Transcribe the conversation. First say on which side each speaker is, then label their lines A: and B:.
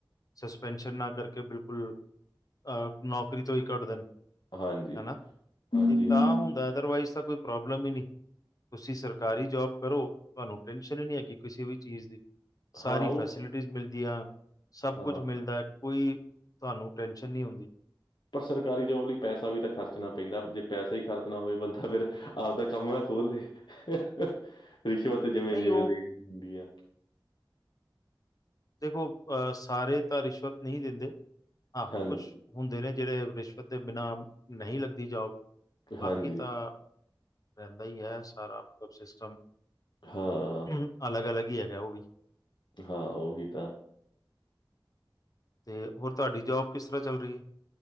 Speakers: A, on the left (about 45°); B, on the left (about 60°).
A: ਸਸਪੈਂਸ਼ਨ ਨਾ ਕਰਕੇ ਬਿਲਕੁਲ ਅ ਨੌਕਰੀ ਤੋਂ ਈ ਕਾਡ ਦੇਣ
B: ਹਾਂਜੀ
A: ਹੈਨਾ
B: ਹਾਂਜੀ
A: ਏ ਤਾਂ
B: ਹਾਂਜੀ
A: ਹੁੰਦਾ ਅਦਰਵਾਈਜ਼ ਤਾਂ ਕੋਈ ਪ੍ਰੋਬਲਮ ਈ ਨੀ। ਤੁਸੀਂ ਸਰਕਾਰੀ ਜੋਬ ਕਰੋ ਤੁਵਾਨੂੰ ਟੈਨਸ਼ਨ ਈ ਨੀ ਹੈਗੀ ਕਿਸੇ ਵੀ ਚੀਜ਼ ਦੀ। ਸਾਰੀ
B: ਹਾਂ ਉਹ
A: ਫੈਸਿਲਿਟੀਜ਼ ਮਿਲਦੀਆਂ ਸਭ
B: ਹਾਂ
A: ਕੁਛ ਮਿਲਦਾ ਕੋਈ ਤੁਵਾਨੂੰ ਟੇਂ <unintelligible>
B: ਪਰ ਸਰਕਾਰੀ ਜੋਬ ਲਈ ਪੈਸਾ ਵੀ ਤਾਂ ਖਰਚਣਾ ਪੈਂਦਾ ਜੇ ਪੈਸਾ ਈ ਖਰਚਣਾ ਹੋਏ ਬੰਦਾ ਫੇਰ ਆਪਦਾ ਕਮ ਨਾ ਖੋਲ੍ਹ ਲੇ। <unintelligible> ਰਿਸ਼ਵਤ ਜਿਵੇਂ,
A: ਨਹੀਂ
B: ਜਿਵੇਂ
A: ਉਹ
B: ਦੇਈ ਦੀ ਹੂੰਦੀ ਆ।
A: ਦੇਖੋ ਅ ਸਾਰੇ ਤਾਂ ਰਿਸ਼ਵਤ ਨਹੀਂ ਦਿੰਦੇ ਹਾਂ
B: ਹਾਂਜੀ
A: ਕੁਛ ਹੁੰਦੇ ਨੇ ਜੇੜੇ ਰਿਸ਼ਵਤ ਦੇ ਬਿਨਾਂ ਨਹੀਂ ਲੱਗਦੀ ਜੌਬ ਬਾਕੀ
B: ਹਾਂਜੀ
A: ਤਾਂ ਰਹਿੰਦਾ ਈ ਹੈ ਸਾਰਾ ਕੁਛ ਸ਼ਿਸ਼ਟਮ।
B: ਹਾਂ।
A: ਹ ਅਲੱਗ-ਅਲੱਗ ਈ ਹੈਗਾ ਉਹ ਵੀ।
B: ਹਾਂ ਉਹੀ ਤਾਂ।
A: ਤੇ ਹੋਰ ਤੁਵਾਡੀ ਜੋਬ ਕਿਸ ਤਰ੍ਹਾਂ ਚੱਲ ਰਹੀ ਏ?